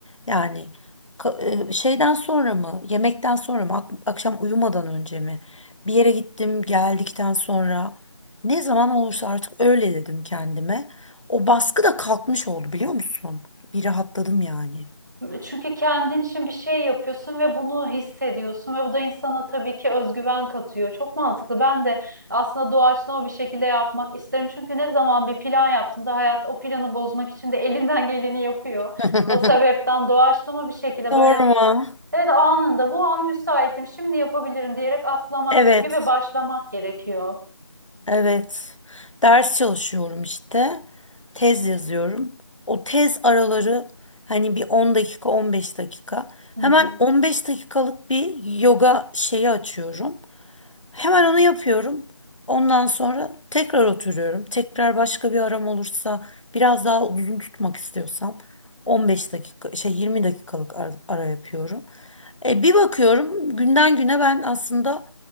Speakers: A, on the left; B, on the right.
A: Yani ka- e, şeyden sonra mı, yemekten sonra mı, ak- akşam uyumadan önce mi, bir yere gittim geldikten sonra ne zaman olursa artık öyle dedim kendime. O baskı da kalkmış oldu biliyor musun? Bir rahatladım yani.
B: Çünkü kendin için bir şey yapıyorsun ve bunu hissediyorsun ve bu da insana tabii ki özgüven katıyor. Çok mantıklı. Ben de aslında doğaçlama bir şekilde yapmak isterim. Çünkü ne zaman bir plan yaptığında hayat o planı bozmak için de elinden geleni yapıyor.
A: <laughs>
B: O sebepten doğaçlama bir şekilde
A: Sorma.
B: böyle evet anında bu an müsaitim şimdi yapabilirim diyerek atlamak
A: Evet.
B: gerekiyor ve başlamak gerekiyor.
A: Evet. Ders çalışıyorum işte. Tez yazıyorum. O tez araları hani bir 10 dakika, 15 dakika.
B: Hı
A: Hemen
B: hı.
A: 15 dakikalık bir yoga şeyi açıyorum. Hemen onu yapıyorum. Ondan sonra tekrar oturuyorum. Tekrar başka bir aram olursa, biraz daha uzun tutmak istiyorsam 15 dakika, şey 20 dakikalık ar- ara yapıyorum. E, bir bakıyorum günden güne ben aslında